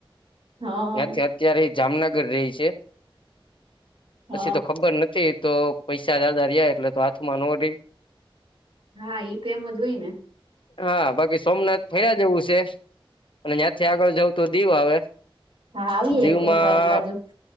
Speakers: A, on the right; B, on the left.
A: હા
B: ત્યાંથી અત્યારે એ જામનગર રહી છે
A: હ
B: પછી તો ખબર નથી તો પૈસા દદ રહ્યા એટલે તો હાથમાં ન રહી
A: હા ઈ તો એમ જ હોય ને
B: હા બાકી સોમનાથ ફરયા જેવું છે અને ત્યાંથી આગળ જવ તો દીવ આવે
A: હા આવીએ
B: દીવમાં
A: એક વાર બાજુ